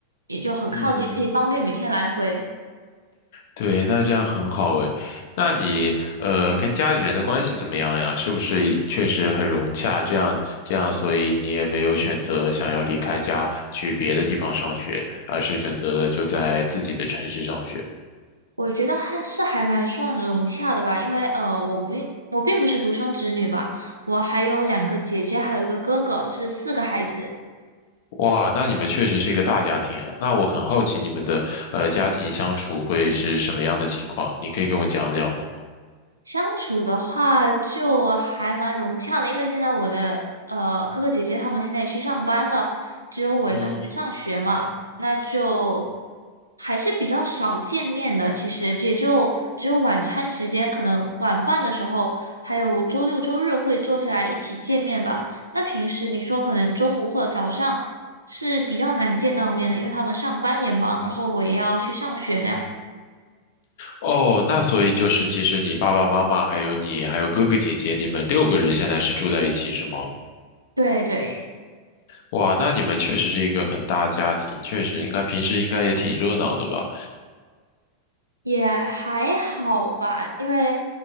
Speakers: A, on the right; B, on the left.
A: 也就很靠近，
B: 嗯。
A: 可以方便每天来回。
B: 对，那这样很好诶。那你呃跟家里人的关系怎么样呀？是不是确实很融洽？这样这样，所以你也没有选择想要离开家去别的地方上学，而是选择了就在自己的城市上学。
A: 我觉得还是还蛮算融洽的吧，因为呃，我不我并不是独生子女吧，我还有两个姐姐，还有一个哥哥，是四个孩子。
B: 哇，那你们确实是一个大家庭啊。那我很好奇你们的呃家庭相处会是什么样的情况？你可以跟我讲讲吗？
A: 相处的话就还蛮融洽的，因为现在我的呃哥哥姐姐他们现在也去上班了，只有我一个还在上学嘛，
B: 嗯，
A: 那就还是比较少见面的。其实也就只有晚餐时间，可能晚饭的时候，还有周六周日会坐下来一起见面吧。那平时你说可能中午或者早上是比较难见到面的，因为他们上班也忙，然后我也要去上学那样。
B: 哦，那所以就是其实你爸爸妈妈还有你还有哥哥姐姐，你们六个人现在是住在一起是吗？
A: 对对。
B: 哇，那你们确实是一个很大家庭，确实应该平时应该也挺热闹的吧？
A: 也还好吧，因为